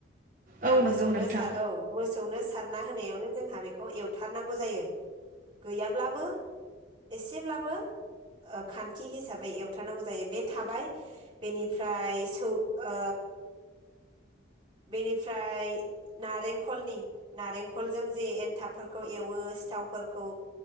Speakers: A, on the right; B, on the right.
A: दा
B: औ
A: मोसौनो
B: नंगौ नोंथां
A: सार औ मोसौनो सारना होनायावनो जोंहा बे खौ एवथारनांगौ जायो गैयाब्लाबो एसेब्लाबो ओ खान्थि हिसाबै एवथारनांगौ जायो बे थाबाय बेनिफ्राय सौ ओ बेनिफ्राय नारेंखलनि नारेंखलजों जे एनथाबफोरखौ एवो सिथावफोरखौ